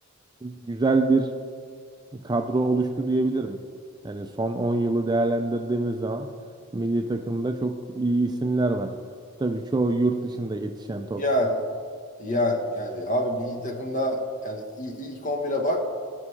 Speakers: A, on the right; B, on the left.
A: güzel bir kadro oluştu diyebilirim. Yani son 10 yılı değerlendirdiğimiz zaman milli takımda çok iyi isimler var. Tabii çoğu yurt dışında yetişen topçu.
B: Yani yani yani abi milli takımda yani il- ilk 11'e bak.